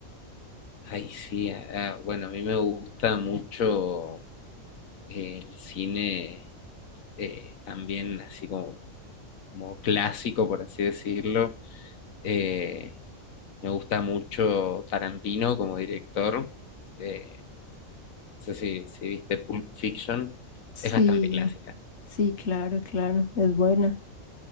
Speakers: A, on the left (about 80°); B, on the left (about 60°).
A: Ay, sí. ah, ah, bueno, a mí me gusta mucho eh, el cine eh, también, así como, como clásico, por así decirlo. Eh, me gusta mucho Tarantino como director. Eh, no sé si, si viste Pulp Fiction.
B: Sí,
A: Es bastante clásica.
B: sí, claro, claro, es buena.